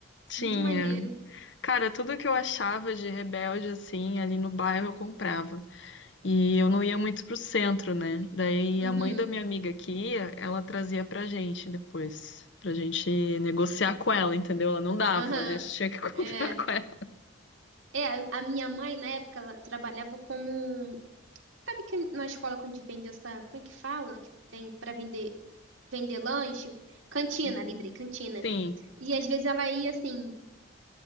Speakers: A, on the left; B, on the right.
A: tinha.
B: Muito maneiro.
A: Cara, tudo que eu achava de rebelde, assim, ali no bairro eu comprava. E eu não ia muito pro centro, né? Daí
B: Uhum.
A: a mãe da minha amiga que ia, ela trazia pra gente depois, pra gente negociar com ela, entendeu? Ela não dava,
B: Aham.
A: a gente tinha que <laughs> comprar
B: É.
A: com ela.
B: É, a a minha mãe, na época, ela trabalhava como. Sabe que na escola quando vende essa. Como é que fala? Que tem pra vender, vender lanche? Cantina,
A: Uhum.
B: lembrei, cantina.
A: Sim.
B: E às vezes ela ia assim,